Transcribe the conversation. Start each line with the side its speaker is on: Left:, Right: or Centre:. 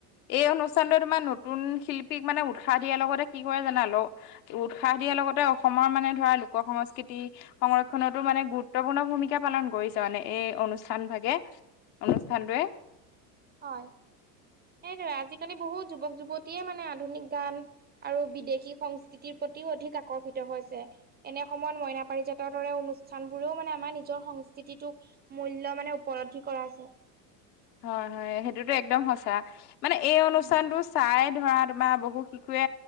Left: এই অনুষ্ঠানটো তোমাৰ নতুন শিল্পীক মানে উৎসাহ দিয়াৰ লগতে কি কৰে জানা, <unintelligible> উৎসাহ দিয়াৰ লগতে অসমৰ মানে ধৰা লোক সংস্কৃতি, সংৰক্ষনতো মানে গুৰুত্বপূৰ্ণ ভূমিকা পালন কৰিছে মানে, এই অনুষ্ঠান ভাগে। অনুষ্ঠানটোৱে।
Right: হয়। সেইটোৱে আজিকালি বহুত যুৱক যুৱতীয়ে মানে আধুনিক গান আৰু বিদেশী সংস্কৃতিৰ প্ৰতিও অধিক আকৰ্ষিত হৈছে। এনে সময়ত মইনা পাৰিজাতৰ দৰে অনুষ্ঠানবোৰেও মানে আমাৰ নিজৰ সংস্কৃতিটোক মূল্য মানে উপলব্ধি কৰাইছে।
Left: হয়, হয়, সেইটোতো একদম সঁচা, মানে এই অনুষ্ঠানতটো
Right: উম,
Left: চাই ধৰা তোমাৰ বহুত শিশুৱে